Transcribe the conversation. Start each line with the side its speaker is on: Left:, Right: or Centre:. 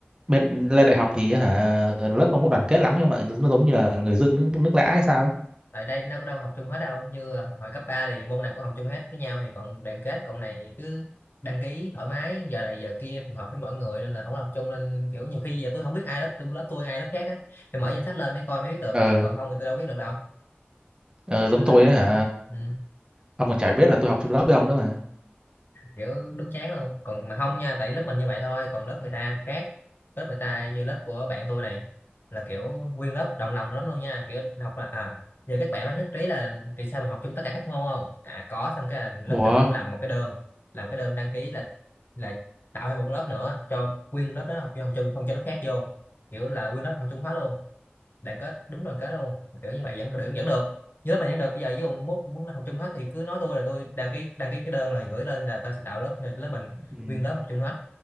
Right: bên lên đại học thì hả lớp không có đoàn kết lắm nhưng mà nó giống như là người dưng nước, nước lã hay sao ấy
Left: tại đây nó có đâu học chung hết đâu như là hồi cấp 3 thì môn nào cũng học chung hết với nhau thì còn đoàn kết còn này cứ đăng ký thoải mái giờ này giờ kia phù hợp với mọi người nên là không có học chung nên kiểu nhiều khi giờ tôi không biết ai lớp tôi lớp tôi ai lớp khác á phải mở danh sách lên mới coi mới biết được
Right: ờ
Left: còn không thì tôi đâu biết được đâu
Right: ờ giống
Left: nên
Right: tôi
Left: là kiểu
Right: ấy, hả
Left: ừ.
Right: ông còn chả biết là tôi học chung lớp với ông nữa mà
Left: kiểu đúng chán luôn còn mà không nha tại lớp mình như vậy thôi còn lớp người ta khác lớp người ta như lớp của bạn tôi này là kiểu nguyên lớp đồng lòng lắm luôn nha kiểu học là à giờ các bạn có nhất trí là vì sao mình học chung tất cả các môn không à có xong cái là lớp
Right: ủa
Left: trưởng làm một cái đơn làm cái đơn đăng ký là là tạo thêm một cái lớp nữa cho nguyên lớp đó học chung học chung không cho lớp khác vô kiểu là nguyên lớp học chung hết luôn đoàn kết đúng đoàn kết luôn kiểu như vậy vẫn vẫn, vẫn được nhớ mình vẫn được bây giờ với ông muốn muốn học chung hết thì cứ nói tôi là tôi đăng ký đăng ký cái đơn này gửi lên là ta sẽ tạo lớp lớp mình
Right: ừ.
Left: nguyên lớp học chung hết